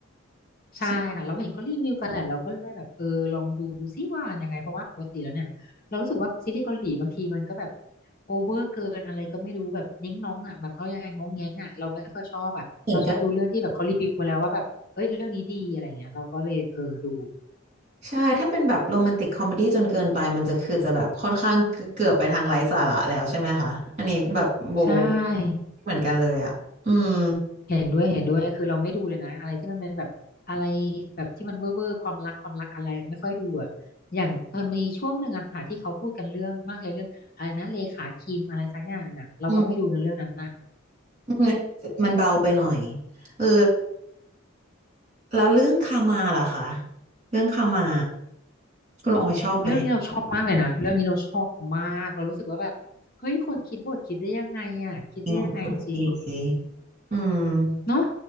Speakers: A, on the left (about 45°); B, on the right (about 35°).
A: ใช่ค่ะเราเห็นก็รีวิวกันแหละเราก็เลยแบบเออลองดูดูซิว่ายังไงเพราะว่าปกติแล้วเนี่ยเรารู้สึกว่าซีรีส์เกาหลีบางทีมันก็แบบ
B: ใช่
A: โอเวอร์เกินอะไรก็ไม่รู้แบบนิ้งน้องอ่ะแบบเขายังไงงงแงงอ่ะเราไม่ค่อยชอบอ่ะเราชอบดูเรื่องที่แบบเขารีวิวมาแล้วว่าแบบเอ้ยเรื่องนี้ดีอะไรเงี้ยเราก็เลยเออดู
B: เหมือนกันใช่ถ้าเป็นแบบโรแมนติกคอมเมดี้จนเกินไปมันจะคือจะแบบค่อนข้างเกือบไปทางไร้สาระแล้วใช่ไหมคะ อันนี้แบบโบ
A: ใช่
B: เหมือนกันเลยอ่ะอืม
A: เห็นด้วยเห็นด้วยคือเราไม่ดูเลยนะอะไรที่มันเป็นแบบอะไรแบบที่มันเว่อร์เวอร์ความรักความรักอะไรไม่ค่อยดูอะอย่างมันมีช่วงหนึ่งอะค่ะที่เขาพูดกันเรื่องมากเลยเรื่องอะไรนะเลขาคิมอะไรสักอย่างหนึ่งอะเราก็ไม่ดูนะเรื่องนั้นอะ
B: อืมอืมมันเบาไปหน่อยเออ แล้วเรื่องคามาล่ะคะเรื่องคามาคุณออยชอบไหม
A: เรื่องนี้เราชอบมากเลยนะเรื่องนี้เราชอบมากเรารู้สึกว่าแบบเฮ้ยคนคิดบทคิดได้ยังไงอะคิดได้ยังไงจริง
B: จริงคุณดีอืม
A: เนาะ